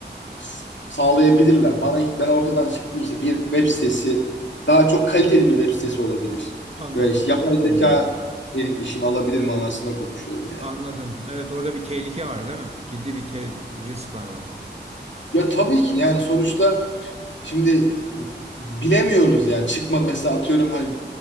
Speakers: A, on the left; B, on the right.
A: s- sağlayabilirler. Bana ben ortadan çıkıp işte bir web sitesi daha çok kaliteli bir web sitesi olabilir.
B: Anladım.
A: Ve işte yapay zeka
B: Hmm,
A: benim işimi alabilir manasında konuşuyorum yani.
B: Anladım. Evet orada bir tehlike var değil mi? Ciddi bir te- risk var orada.
A: Ya tabii ki yani sonuçta Şimdi bilemiyoruz yani çıkmadı mesela atıyorum hani